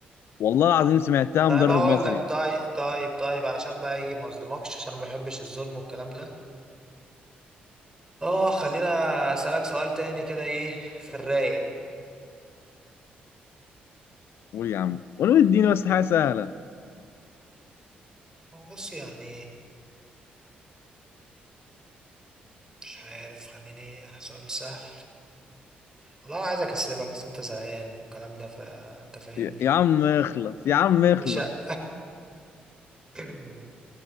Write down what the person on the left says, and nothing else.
والله العظيم سمعتها
مدرب
مصري
قول يا عم قول اديني بس حاجة سهلة
يا يا عم اخلص يا عم اخلص